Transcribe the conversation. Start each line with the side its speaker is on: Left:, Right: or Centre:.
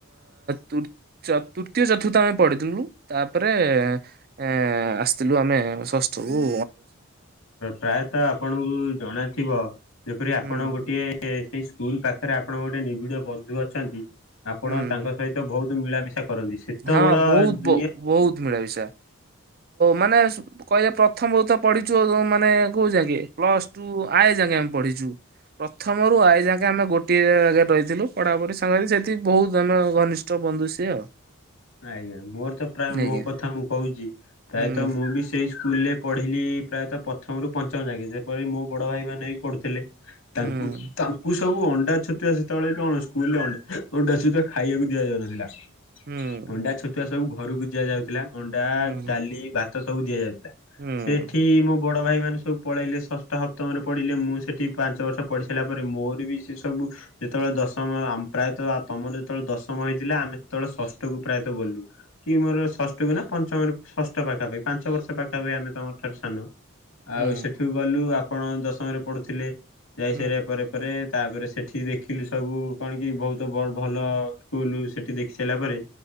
Right: ତ ତୃତୀୟ ଚତୁର୍ଥ ଆମେ। ପଢିଥିଲୁ ତାପରେ ଏଏ ଆସିଥିଲୁ ଆମେ ଷଷ୍ଠରୁ।
Left: ପ୍ରାୟତଃ ଆପଣଙ୍କୁ ଜଣାଥିବ ଯେପରି ଆପଣ
Right: ହୁଁ
Left: ଗୋଟିଏ ସେଇ। ସ୍କୁଲ ପାଖରେ ଆପଣ ଗୋଟେ ନିବିଡ଼ ବନ୍ଧୁ ଅଛନ୍ତି ଆପଣ
Right: ହୁଁ
Left: ତାଙ୍କ ସହିତ ବହୁତ ମିଳାମିଶା। କରନ୍ତି ସେତେବେଳ
Right: ହଁ ବହୁତ
Left: ଦୁନିଆ।
Right: ବ ବହୁତ ମିଳାମିଶା। ମାନେ କହିବେ ପ୍ରଥମରୁ ତ ପଢିଛୁ ମାନେ କଉଜାକେ ପ୍ଲସ ଟୁ ଆଏ ଆଏ ଯାକେ ପଢିଛୁ ପ୍ରଥମରୁ ଆଏ ଯାକେ ଆମେ ଗୋ ଗୋଟିଏ ଜାଗାରେ ରହିଥିଲୁ ପଢାପଢି ସାଙ୍ଗରେ ସେଠି ବହୁତ ଜ ଘନିଷ୍ଠ ବନ୍ଧୁ ସିଏ ଆଉ।
Left: ଆଜ୍ଞା ମୋର ତ ପ୍ରାୟ ମୋ
Right: ଆଜ୍ଞା
Left: କଥା ମୁଁ କହୁଛି ପ୍ରାୟତଃ
Right: ହୁଁ
Left: ମୁଁ ବି ସେଇ। ସ୍କୁଲ ରେ ପଢ଼ିଲି ପ୍ରାୟତଃ ପ୍ରଥମରୁ ପଞ୍ଚମ ଯାକେ ଯେପରି ମୋ ବଡ ଭାଇ ମାନେ ବି ପଢୁଥିଲେ।
Right: ହୁଁ
Left: ତାଙ୍କୁ ତାଙ୍କୁ। ସବୁ ଅଣ୍ଡା ଛତୁଆ ସେତେବେଳେ କଣ ସ୍କୁଲ ରେ ଅଣ୍ଡା ଛତୁଆ ଖାଇବାକୁ ଦିଆଯାଉନଥିଲା।
Right: ହୁଁ
Left: ଅଣ୍ଡା ଛତୁଆ ସବୁ ଘରୁକୁ ଦିଆଯାଉଥିଲା ଅଣ୍ଡା
Right: ହୁଁ
Left: ଡାଲି ଭାତ ସବୁ ଦିଆଯାଉ ଲା
Right: ହୁଁ
Left: ସେଠି ମୋ ବଡ଼ ଭାଇମାନେ ସବୁ ପଳେଇଲେ ଷ ଟ ହପ୍ତମରେ ପଢ଼ିଲେ ମୁଁ ସେଠି ପାଞ୍ଚ ବର୍ଷ ପଢ଼ି ସାଇଲା ପରେ ମୋର ବି ସେ ସବୁ ଯେତଳେ ଦଶମ ଆ ପ୍ରାୟତଃ ତମର ଯେତୋଳେ ଦଶମ ହେଇଥିଲା ଆମେ ସେତୋଳେ ଷଷ୍ ଟକୁ ପ୍ରାୟତଃ ଗଲୁ କି ମୋର ଷଷ୍ଠକୁ ନା ପଞ୍ଚମରେ ଷଷ୍ଠ ପାଖାପା ପାଞ୍ଚ ବର୍ଷ ପାଖାପାଖି ଆମେ ତମ ଠାରୁ ସାନ।
Right: ହୁଁ।
Left: ଆଉ ସେଠୁ ଗଲୁ ଆପଣ ଦଶମରେ ପଢ଼ୁଥିଲେ ଯାଇ
Right: ହୁଁ
Left: ସାରିବା ପରେ ପରେ ତାପରେ ସେଠି ଦେଖିଲୁ ସବୁ କଣ କି ବହୁତ ବ ଭଲ ସ୍କୁଲ୍ ସେଠି ଦେଖି ସାଇଲା ପରେ